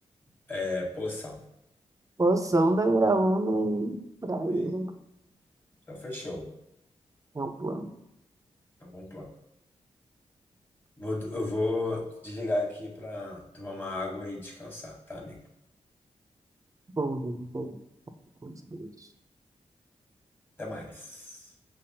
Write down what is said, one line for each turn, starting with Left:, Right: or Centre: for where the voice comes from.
Left: é Poção.
Right: Poção da Graúna e praia.
Left: E então fechou.
Right: É um plano.
Left: É um bom plano. Vou- eu vou desligar aqui pra tomar uma água e descansar, tá, amigo?
Right: Bom, bom, bom. Vamos ver.
Left: Até mais.